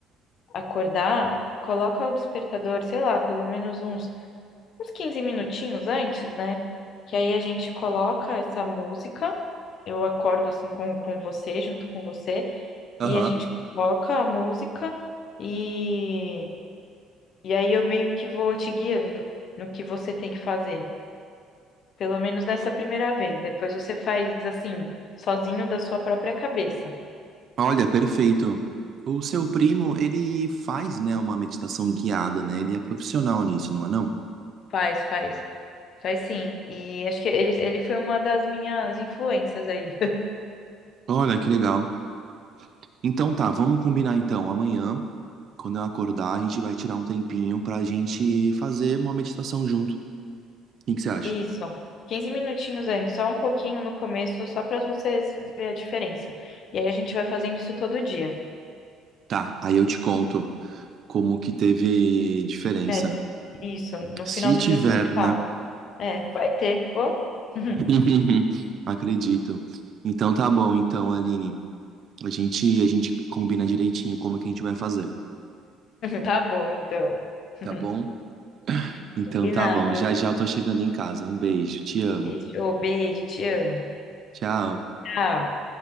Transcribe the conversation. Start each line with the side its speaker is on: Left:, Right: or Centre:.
Left: acordar, coloca o despertador, sei lá, pelo menos uns uns 15 minutinhos antes, né? Que aí a gente coloca essa música. Eu acordo assim com, com você, junto com você,
Right: Aham.
Left: e a gente coloca a música e, e aí eu meio que vou te guiando no que você tem que fazer. Pelo menos nessa primeira vez. Depois você faz assim, sozinho da sua própria cabeça.
Right: Olha, perfeito. O seu primo, ele faz, né, uma meditação guiada, né? Ele é profissional nisso, não é não?
Left: Faz, faz, faz sim. E acho que ele, ele foi uma das minhas influências aí.
Right: Olha, que legal. Então tá, vamos combinar então. Amanhã, quando eu acordar, a gente vai tirar um tempinho pra gente fazer uma meditação junto. O que que você acha?
Left: Isso. quinze minutinhos antes, só um pouquinho no começo, só para você ver a diferença. E aí a gente vai fazendo isso todo dia.
Right: Tá, aí eu te conto como que teve diferença.
Left: É, isso. No
Right: Se
Left: final do
Right: tiver,
Left: dia você me fala.
Right: né?
Left: É, vai ter. Ô? <laughs>
Right: <laughs> Acredito. Então tá bom, então, Aline. A gente, a gente combina direitinho como que a gente vai fazer,
Left: Tá bom, então. <laughs>
Right: tá bom? Então
Left: Combinado.
Right: tá bom, já já eu tô chegando em casa. Um beijo, te amo.
Left: Fechou. Beijo, te amo.
Right: Tchau.
Left: Tchau.